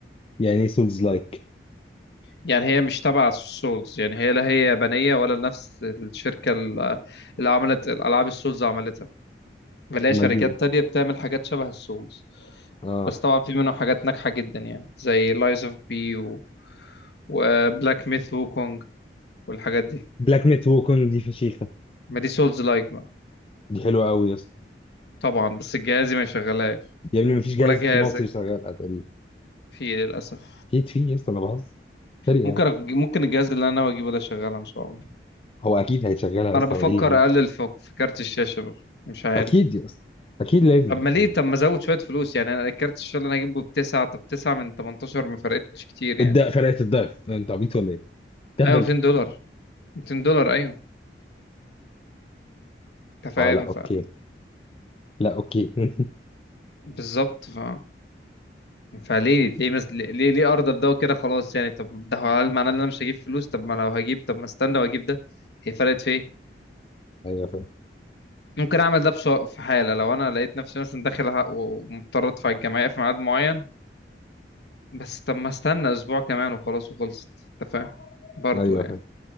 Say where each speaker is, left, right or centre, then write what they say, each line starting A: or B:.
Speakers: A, on the left (about 30°); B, on the left (about 70°).
A: يعني ايه سولز لايك
B: يعني هي مش تبع سولز يعني هي لا هي يابانية ولا نفس الشركة اللي اللي عملت الالعاب السولز عملتها بلاقي
A: امال
B: شركات
A: دي ايه؟
B: تانية بتعمل حاجات شبه السولز
A: اه
B: بس طبعا في منهم حاجات ناجحة جدا يعني زي لايز اوف بي و... وبلاك ميث ووكونج والحاجات دي
A: بلاك ميت ووكونج دي فشيخه
B: ما دي سولز لايك بقى
A: دي حلوه قوي يا اسطى
B: طبعا بس جهازي ما يشغلهاش
A: يا ابني مفيش جهاز
B: ولا جهازك
A: في مصر يشغلها تقريبا
B: فيه للأسف
A: اكيد في يا اسطى انا بهزر سريع
B: ممكن أج- ممكن الجهاز اللي انا ناوي اجيبه ده شغال ان شاء الله
A: هو اكيد هيشغلها يا
B: انا
A: اسطى
B: بفكر
A: هو ايه اللي ممكن
B: اقلل في في كارت الشاشة بقى مش عارف
A: اكيد يا اسطى اكيد لازم
B: طب ما ليه
A: يعني
B: طب ما ازود شوية فلوس يعني انا الكارت الشاشة اللي انا هجيبه بتسعة طب تسعة من 18 ما فرقتش كتير
A: الد
B: يعني
A: فرقه الضعف انت عبيط ولا ايه؟ تهبل
B: ايوه 200 دولار 200 دولار ايوه انت فاهم
A: اه لا اوكي لا اوكي <laughs>
B: بالظبط ف... فليه ليه مس... ليه ليه ارضى بده وكده خلاص يعني طب ده هو هل معناه ان انا مش هجيب فلوس طب ما لو هجيب طب ما استنى واجيب ده هي فرقت في ايه
A: ايوه فاهم
B: ممكن اعمل ده بش... في حاله لو انا لقيت نفسي مثلا داخل ه- و- ومضطر ادفع الجمعيه في ميعاد معين بس طب ما استنى اسبوع كمان وخلاص وخلصت انت فاهم برضه
A: ايوه
B: يعني
A: فاهم